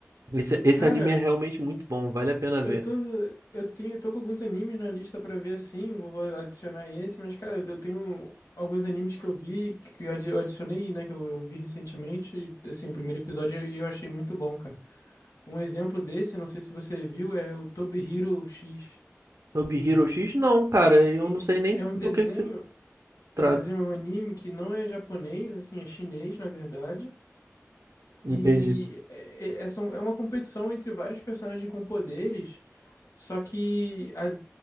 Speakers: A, on the right (about 70°); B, on the left (about 85°).
A: Esse, esse
B: Cara,
A: anime é realmente muito bom, vale a pena
B: eu
A: ver.
B: tô. Eu tenho, eu tô com alguns animes na lista pra ver, assim. Vou, vou adicionar esse, mas, cara, eu tenho alguns animes que eu vi, que eu adi- eu adicionei, né? Que eu, eu vi recentemente, assim, o primeiro episódio e eu achei muito bom, cara. Um exemplo desse, não sei se você viu, é o Toby Hero X.
A: Sobre Hero X,
B: É
A: não, cara, eu
B: é-
A: não sei nem
B: é um desenho,
A: do que que se trata.
B: é um desenho, é um anime que não é japonês, assim, é chinês, na verdade.
A: Entendi.
B: E é, é, é são- é uma competição entre vários personagens com poderes, só que a,